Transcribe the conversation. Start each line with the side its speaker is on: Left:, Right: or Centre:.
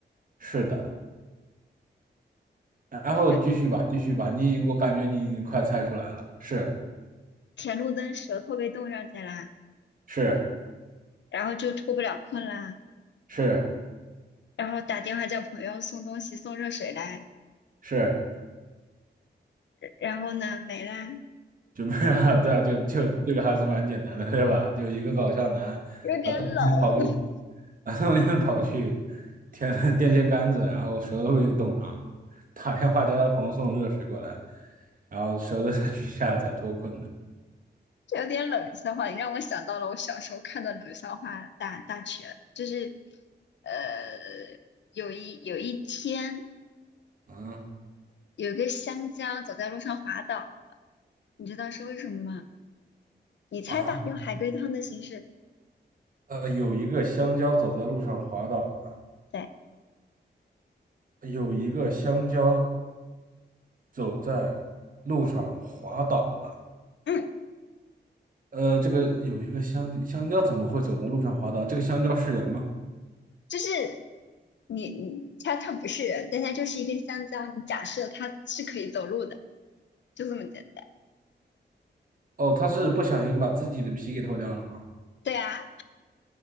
Right: 是的，然后继续吧，
Left: 人
Right: 继续吧，你我感觉你快猜出来了，是
Left: 舔路灯舌头被冻上去了，
Right: 是
Left: 然后就脱不了困了，
Right: 是
Left: 然后打电话叫朋友送东西送热水来。
Right: 是，
Left: 然后呢，没啦，
Right: 准备啊，<laughs> 对啊，就就这个还是蛮简单的，对吧？就一个搞笑男啊，
Left: 有点冷。
Right: 当天跑去
Left: <laughs>
Right: 啊，当天跑去舔了 <laughs> 电线杆子，然后舌头被冻上，打电话叫他朋友送热水过来，然后舌头才取下来才脱困的。
Left: 有点冷笑话，你让我想到了我小时候看的冷笑话大大全，就是呃，有一有一天，
Right: 啊
Left: 有个香蕉走在路上滑倒了，你知道是为什么吗？你猜吧，
Right: 啊，
Left: 用海龟汤的形式，
Right: 呃，有一个香蕉走在路上滑倒了，
Left: 对，
Right: 有一个香蕉走在路上滑倒了。
Left: 嗯，
Right: 呃，这个有一个香香蕉怎么会走在路上滑倒？这个香蕉是人吗？
Left: 就是你你它它不是人，但它就是一根香蕉，你假设它是可以走路的，就这么简单。
Right: 哦，他是不小心把自己的皮给脱掉了吗？
Left: 对啊，